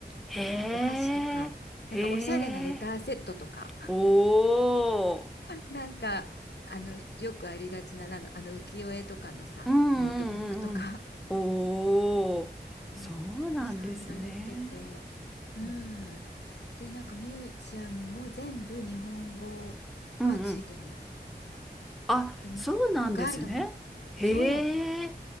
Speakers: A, in the centre; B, on the left.
A: へえ。
B: お箸とか、
A: へえ。
B: なんかおしゃれなレターセットとか。
A: おー。
B: なんかあのよくありがちな、なんだあの浮世絵とかのさノートブックとか、
A: うんうんうんうん。おー。
B: うん、
A: そうなんですね。
B: たくさん売られてて、う
A: う
B: ん、でなんかミュージアムも全部日本語がついてるの。
A: んうん。あ、
B: で日本語のガイドもそう
A: そうなんですね。へえ。